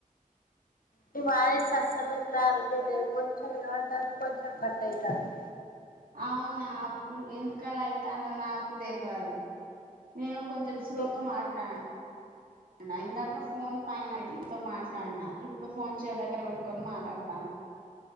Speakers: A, on the left (about 80°); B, on the right (about 80°).
A: మీ వాయిస్ అస్సలు క్లారిటీ లేదు కొంచెం ఇనపడుతంది కొంచెం కట్ అయితాంది.
B: అవున అప్పుడు ఎందుకలా అయితాందో నాకు తెలవదు నేను కొంచెం స్లో
A: సిగ్
B: గ్రా మాట్లా డిన ఇందాక ఫోన్ పైన పెట్టి నీతో మాట్లాడినా ఇప్పుడు ఫోన్ చెవు దగ్గర పెట్టుకొని మాట్లాడతాన